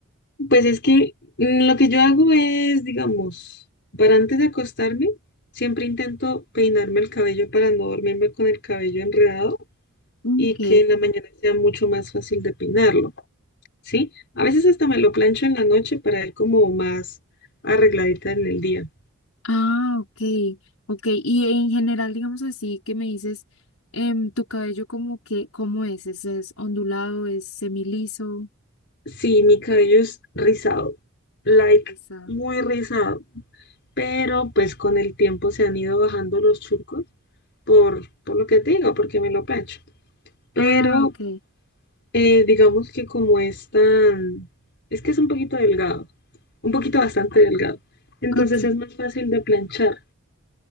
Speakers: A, on the left; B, on the left.
A: Pues es que mm, lo que yo hago es, digamos, para antes de acostarme, siempre intento peinarme el cabello para no dormirme con el cabello enredado.
B: Ok.
A: y que en la mañana sea mucho más fácil de peinarlo, ¿sí? A veces hasta me lo plancho en la noche para ir como más arregladita en el día.
B: Ah, ok, ok. Y en general, digamos así, que me dices, em, tu cabello como que, ¿cómo es? ¿Es, es ondulado? ¿Es semiliso?
A: Sí, mi cabello es rizado, like
B: Está-
A: muy rizado, pero pues con el tiempo se han ido bajando los churcos por, por lo que te digo, porque me lo plancho. Pero
B: Ah, ok,
A: eh, digamos que como es tan, es que es un poquito delgado, un poquito bastante delgado, entonces
B: ok.
A: es más fácil de planchar.